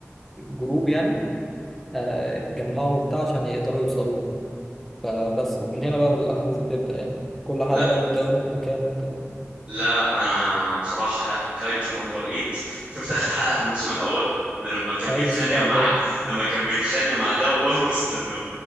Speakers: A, in the centre; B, on the right (about 25°).
A: جروب يعني آه، اتجمعوا وبتاع عشان يقدروا يوصلوا له. فبس ومن هنا بقى الأحداث بتبدأ يعني كل حلقة
B: لا
A: بقى بيبدأوا يروحوا مكان وبتاع
B: لا انا بصراحه لا كايجو نمبر 8 شفت اخر حلقه في الموسم الاول لما كان
A: أي
B: بيتخانق
A: شفتها
B: مع
A: طبعا
B: لما كان بيتخانق مع ده اولموست انه